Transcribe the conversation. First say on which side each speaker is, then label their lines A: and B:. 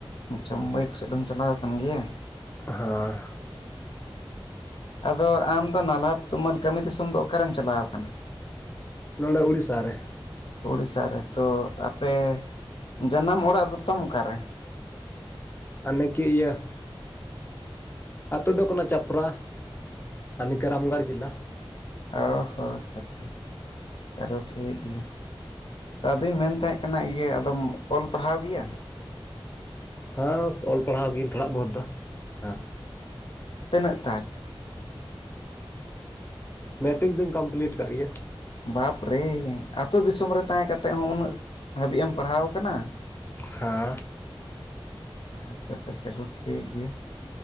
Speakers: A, on the left (about 65°); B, on the left (about 25°).
A: ᱟᱪᱪᱷᱟ ᱢᱩᱢᱵᱟᱭ ᱠᱚ ᱥᱮᱫ ᱫᱚᱢ ᱪᱟᱞᱟᱣ ᱟᱠᱟᱱ ᱜᱮᱭᱟ?
B: ᱦᱮᱸ <inaudible>
A: ᱟᱫᱚ ᱟᱢ ᱫᱚ ᱱᱟᱞᱦᱟ ᱛᱩᱢᱟᱹᱞ ᱠᱟᱹᱢᱤ ᱫᱤᱥᱚᱢ ᱫᱚ ᱚᱠᱟᱨᱮᱢ ᱪᱟᱞᱟᱣ ᱟᱠᱟᱱᱟ?
B: ᱱᱚᱸᱰᱮ ᱩᱲᱤᱥᱥᱟ ᱨᱮ᱾
A: ᱳᱲᱤᱥᱟ ᱨᱮ, ᱛᱚ ᱟᱯᱮ ᱡᱟᱱᱟᱢ ᱚᱲᱟᱜ ᱫᱚ ᱛᱟᱢ ᱚᱠᱟᱨᱮ?
B: ᱟᱱᱤᱠᱤ ᱤᱭᱟᱹ ᱟᱛᱳ ᱫᱚ ᱠᱟᱱᱟ ᱪᱟᱯᱨᱟ ᱟᱨ ᱱᱤ ᱠᱟᱹ ᱨᱟᱢᱜᱚᱲ ᱡᱮᱞᱟ᱾
A: ᱚ ᱦᱚᱸ ᱟᱪᱪᱷᱟ ᱪᱷᱟ <inaudible> ᱟᱨᱚ ᱴᱷᱤᱠ ᱜᱮᱭᱟ ᱟᱫᱚᱧ ᱢᱮᱱ ᱛᱟᱦᱮᱸᱫᱼᱼ ᱚᱱᱟ ᱤᱭᱟᱹ ᱟᱫᱚᱢ ᱚᱞ ᱯᱟᱲᱦᱟᱣ ᱜᱮᱭᱟ?
B: ᱦᱮᱸ ᱚᱞ ᱯᱟᱲᱦᱟᱣ ᱜᱤᱭᱟᱹᱧ ᱛᱷᱚᱲᱟ ᱵᱚᱦᱩᱛ ᱫᱚ ᱦᱮᱸ
A: ᱛᱤᱱᱟᱹᱜ ᱛᱟᱠ?
B: ᱢᱮᱴᱨᱤᱠ ᱫᱩᱧ ᱠᱚᱢᱯᱞᱤᱴ ᱠᱟᱜ ᱜᱮᱭᱟ ᱾
A: ᱵᱟᱯᱨᱮ! ᱟᱹᱛᱩ ᱫᱤᱥᱚᱢ ᱨᱮ ᱛᱟᱦᱮᱸ ᱠᱟᱛᱮᱫ ᱦᱚᱸ ᱩᱱᱟᱹᱜ ᱦᱟᱹᱵᱤᱡ ᱮᱢ ᱯᱟᱲᱦᱟᱣ ᱠᱟᱱᱟ?
B: ᱦᱮᱸ <inaudible> <unintelligible>
A: ᱟᱪᱪᱷᱟ ᱟᱪᱪᱷᱟ ᱪᱟᱞᱩ <unintelligible> ᱴᱷᱤᱠ ᱜᱮᱭᱟ